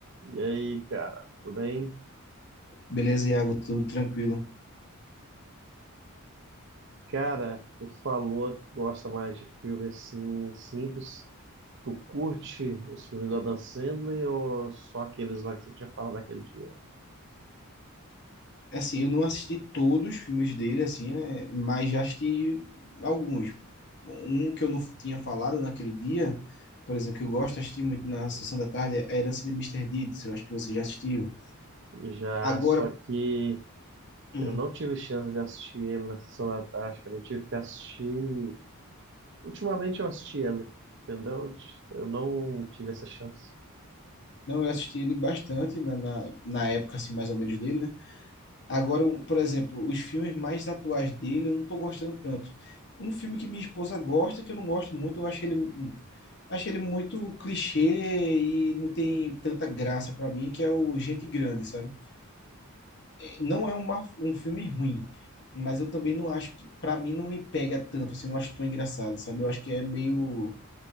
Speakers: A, on the right (about 55°); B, on the left (about 50°).
A: E aí, cara, tudo bem?
B: Beleza, Iago, tudo tranquilo.
A: Cara, tu falou que gosta mais de filme assim simples. Tu curte os filmes do Adam Sandler ou só aqueles lá que você tinha falado naquele dia?
B: É Assim, eu não assisti todos os filmes dele, assim, né? Mas já assisti alguns. Um que eu não tinha falado naquele dia, por exemplo, que eu gosto de assistir muito na sessão da tarde, é A Herança de Mister Deeds. Eu acho que você já assistiu.
A: Já,
B: Agora,
A: só que
B: hum,
A: eu não tive chance de assistir ele na sessão da tarde, cara. Eu tive que assistir. Ultimamente eu assisti ele, entendeu? Eu não tive essa chance.
B: não, eu assisti ele bastante na, na, na época, assim, mais ou menos dele, né? Agora, um- por exemplo, os filmes mais atuais dele eu não tô gostando tanto. Um filme que minha esposa gosta, que eu não gosto muito, eu acho ele. Achei ele muito clichê e não tem tanta graça pra mim, que é o Gente Grande, sabe? Não é uma, um filme ruim, mas eu também não acho que, pra mim, não me pega tanto, assim, não acho tão engraçado, sabe? Eu acho que é meio